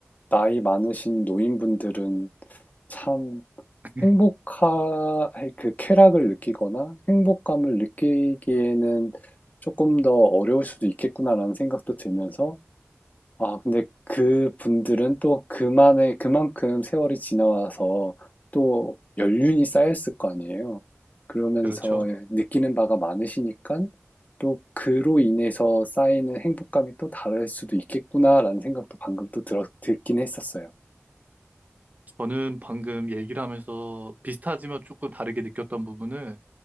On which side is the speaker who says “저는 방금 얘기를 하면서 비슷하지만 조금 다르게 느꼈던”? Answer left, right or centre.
Right